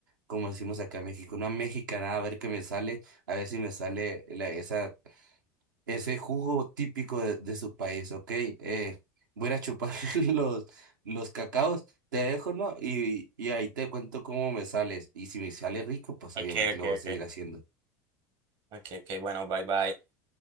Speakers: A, on the right; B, on the right.
A: como decimos acá en México, una mexicanada, a ver qué me sale, a ver si me sale la- esa, ese jugo típico de, de su país, ¿ok? Eh, voy a ir a chupar <laughs> los, los cacaos, te dejo, ¿no? Y, y ahí te cuento cómo me sales, y si me sale rico, pues
B: Ok,
A: obviamente
B: ok,
A: lo voy a
B: ok.
A: seguir haciendo.
B: Ok, ok, bueno, bye bye.